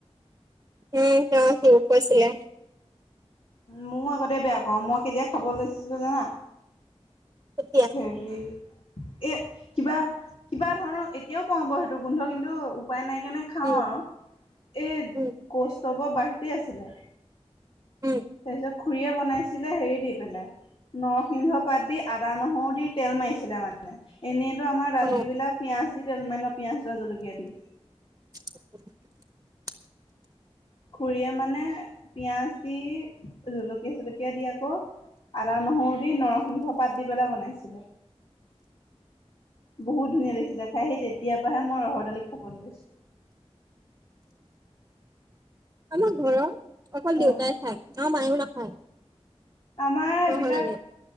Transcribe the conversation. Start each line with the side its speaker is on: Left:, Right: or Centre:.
Right: উম, তেওঁ আহি মোক কৈছিলে।
Left: ময়ও আগতে বেয়া পাওঁ মই কেতিয়া খাব লৈছিলো জানা
Right: তেতিয়া
Left: হেৰি এ কিবা- কিবা ধৰণৰ এতিয়াও পাওঁ বাৰু সেইটো গোন্ধ কিন্তু উপায় নাই। কেনে খাও
Right: উম,
Left: আৰু এই
Right: উম,
Left: কৌস্তবৰ বাৰ্থডে আছিলে।
Right: উম,
Left: তাৰপিছত খুৰীয়ে বনাইছিলে হেৰি দি পেলাই। নৰসিংহ পাত দি আদা নহৰু দি তেল মাৰিছিলে মানে এনেই ত'আমাৰ দালি
Right: অ',
Left: বিলাক পিয়াজ দি তেল মাৰে পিয়াজ ন' পিয়াজ বা জলকীয়া দি।
Right: <inaudible>
Left: খুৰীয়ে মানে পিয়াজ দি জলকীয়া চলকীয়া দি আকৌ আদা, নহৰু দি নৰসিংহ পাত দি পেলাই বনাইছিলে। বহুত ধুনীয়া লাগিছিলে খাই সেই তেতিয়াৰ পৰাহে মই ৰহৰ দালি খাবলৈ লৈছোঁ।
Right: আমাৰ ঘৰৰ অকল দেউতাই
Left: অ
Right: খায় আমাৰ মায়েও নাখায়।
Left: আমাৰ এইবিলাক
Right: ৰহৰ দালি।